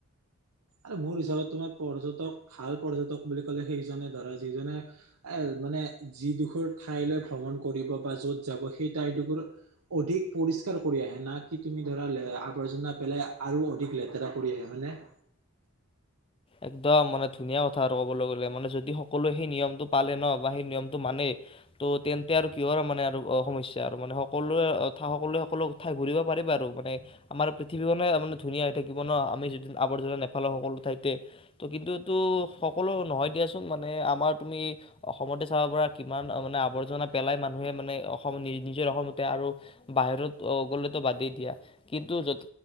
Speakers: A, on the right (about 80°); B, on the left (about 25°).
A: আৰু মোৰ হিচাপত তোমাৰ পৰ্যটক ভাল পৰ্যটক বুলি কলে, সেইজনে ধৰা যিজনে এ', মানে যিডোখৰ ঠাইলৈ ভ্ৰমণ কৰিব বা য'ত যাব সেই ঠাইডোখৰ অধিক পৰিষ্কাৰ কৰি আহে না', কি তুমি', ধৰা আৱৰ্জনা পেলাই আৰু অধিক লেতেৰা কৰি আহে হয়নে?
B: একদম মানে ধুনীয়া কথা আৰু ক'বলৈ গ'লে মানে যদি সকলোৱে সেই নিয়মটো পালে ন', বা সেই নিয়মটো মানে ত', তেন্তে আৰু কিহৰ মানে আৰু সমস্যা আৰু মানে সকলোৱে- সকলোৱে সকলো ঠাই ঘুৰিব পাৰিবা আৰু মানে আমাৰ পৃথিৱীখনে ধুনীয়া হৈ থাকিব ন', আমি যদি আৱৰ্জনা নেপেলাওঁ সকলো ঠাইতে। ত', কিন্তুটো সকলো নহয় দিয়াচোন মানে আমাৰ', - তুমি', অসমতে চাব পৰা কিমান মানে আৱৰ্জনা পেলাই মানুহে মানে অসম নি- নিজৰ অসমতে আৰু বাহিৰত গ'লেতো বাদেই দিয়া কিন্তু য',